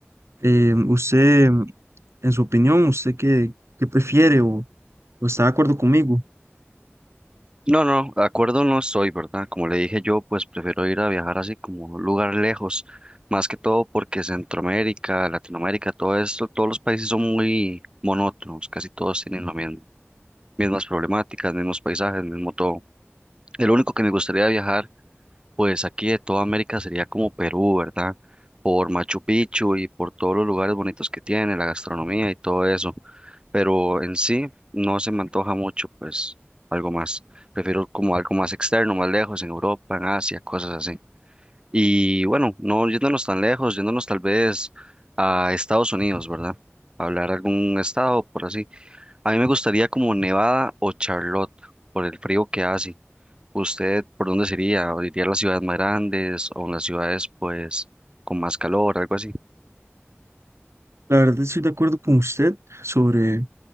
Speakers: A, on the right; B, on the right.
A: Eh, usted, en su opinión, ¿usted qué, qué prefiere o, o está de acuerdo conmigo?
B: No, no, de acuerdo no estoy, ¿verdad? Como le dije yo, pues prefiero ir a viajar así como un lugar lejos, más que todo porque Centroamérica, Latinoamérica, todo esto, todos los países son muy monótonos, casi todos tienen las mismas problemáticas, mismos paisajes, mismo todo. El único que me gustaría viajar pues aquí de toda América sería como Perú, ¿verdad? Por Machu Picchu y por todos los lugares bonitos que tiene, la gastronomía y todo eso. Pero en sí no se me antoja mucho, pues algo más. Prefiero como algo más externo, más lejos, en Europa, en Asia, cosas así. Y bueno, no yéndonos tan lejos, yéndonos tal vez a Estados Unidos, ¿verdad? Hablar algún estado por así. A mí me gustaría como Nevada o Charlotte por el frío que hace. ¿Usted por dónde sería? ¿Iría a las ciudades más grandes o en las ciudades pues con más calor, algo así?
A: La verdad estoy de acuerdo con usted sobre